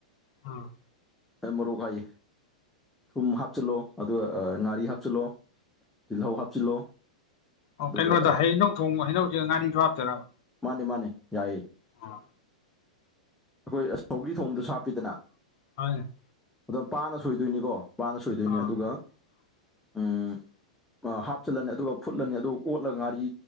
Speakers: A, on the left; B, in the centre.
A: ꯎꯝ
B: ꯃꯔꯣꯛ ꯀꯥꯏ ꯊꯨꯝ ꯍꯥꯞꯆꯤꯜꯂꯣ ꯑꯗꯨꯒ ꯉꯥꯔꯤ ꯍꯥꯞꯆꯤꯜꯂꯣ ꯇꯤꯜꯍꯧ ꯍꯥꯞꯆꯤꯜꯂꯣ
A: ꯑꯣ
B: ꯑꯗꯨꯒ
A: ꯀꯩꯅꯣꯗ ꯍꯩꯅꯧ ꯊꯣꯡ ꯍꯩꯅꯧꯁꯦ ꯉꯥꯔꯤꯁꯨꯣ ꯍꯥꯞꯇꯔꯕ
B: ꯃꯥꯅꯦ ꯃꯥꯅꯦ ꯌꯥꯏꯌꯦ
A: ꯑꯥ
B: ꯑꯩꯈꯣꯏ ꯑꯧꯔꯤ ꯊꯣꯡꯗꯁꯨ ꯍꯥꯞꯄꯤꯗꯅ
A: <unintelligible>
B: ꯑꯗꯨꯝ ꯄꯥꯅ ꯁꯣꯏꯗꯣꯏꯅꯤꯀꯣ ꯄꯥꯅ ꯁꯣꯏꯗꯣꯏꯅꯤ
A: ꯑꯥ
B: ꯑꯗꯨꯒ
A: <inaudible>
B: ꯎꯝ ꯍꯥꯞꯆꯤꯜꯂꯅꯤ ꯑꯗꯨꯒ ꯐꯨꯠꯂꯅꯤ ꯑꯗꯨ ꯑꯣꯠꯂ ꯉꯥꯔꯤ